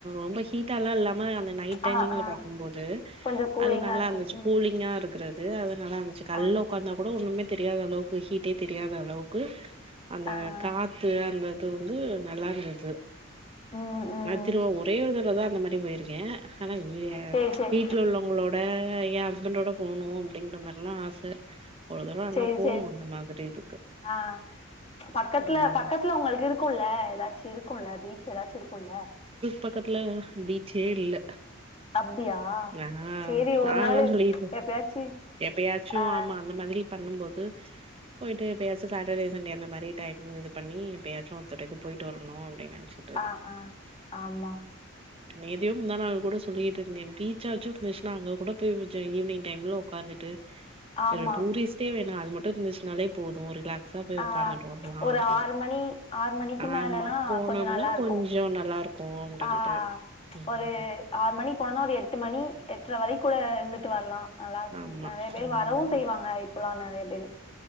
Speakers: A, on the right (about 25°); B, on the left (about 30°).
A: ரொம்ப ஹீட்டல்லா இல்லாம அந்த நைட் டைமி்ல
B: ஆ ஆ
A: பார்க்கும்போது
B: கொஞ்சோ கூலிங்கா
A: அது நல்லா
B: இருக்கு
A: அந்தச்சு
B: ம்
A: கூலிங்கா இருக்கிறது அது நல்லா இருந்துச்சு கல்ல
B: ஆ
A: உட்காந்தா கூட ஒண்ணுமே தெரியாத அளவுக்கு ஹீட்டே தெரியாத அளவுக்கு அந்த
B: ஆ ஆ
A: காத்து அந்த இது வந்து நல்லா இருந்துது
B: ம் ம்
A: நா திருவா ஒரே ஒரு தடவதா அந்த மாதிரி போயிருக்கே ஆனா
B: சேரி சேரி
A: வீட்டு ல உள்ளவங்களோட எ ஹஸ்பண்டோட போணும் அப்படிங்கற மாதிரெல்லாம் ஆச அவளவு தூரம் ஆனா
B: சேரி
A: போணும்
B: சேரி
A: அந்த மாதிரி இதுக்கு
B: ஆ பக்கத்துல
A: ம்
B: பக்கத்துல உங்களுக்கு இருக்கும்ல ஏதாச்சு இருக்கும்ல பீச் ஏதாச்சு இருக்கும்ல
A: பக்கதுல பீச்சே இல்ல
B: அப்டியா
A: நா
B: சேரி
A: நா
B: ஒரு நாளு
A: அதா சொல்லிடுக்
B: எப்பயாச்சு
A: எப்பயாச்சும்
B: ஆ
A: ஆமா அந்த மாதிரி பண்ணும்போது போயிட்டு எப்பயாச்சும் சார்டே சண்டே அந்த மாரி டைம் இது பண்ணிப்பயாச்சும் ஒருத்தரைக்கு போயிட்டு வரும் அப்படின்னு நினச்ச
B: ஆ ஆ ஆமா
A: நேத்தியும் முந்தா நாள் கூட சொல்லிட்டு இருந்தே பீச்சா வச்சு இருந்துச்சுன்னா அங்க கூட போய் ஈவினிங் டைம்ல உட்காந்துட்டு
B: ஆமா
A: வேற டூரிஸ்ட்டே வேணா அது மட்டும் இருந்துச்சுனாலே போதும் ஒரு ரிலாக்ஸ் சா போய்
B: ஆ
A: உட்காந்துட்டு வரலா அப்ப
B: ஒரு
A: அப்படின்னு
B: ஆறு மணி ஆறு மணிக்கு மேலல்லா
A: ஆமா போனம்
B: கொஞ்ச நல்லா
A: நா
B: இருக்கு
A: கொஞ்ச நல்லா இருக் கும் அப்படின்ட்டு
B: ஆ
A: உம்
B: ஒரு ஆறு மணிக்கு போனனா ஒரு எட்டு மணி எட்டுர வரைக்கு கூட இருந்து ட்டு வரலா நல்லா இருக்கு
A: ஆமா
B: நிறைய பேர்
A: ம்
B: வரவும் செய்வாங்க இப்பல்லா நிறைய பேரு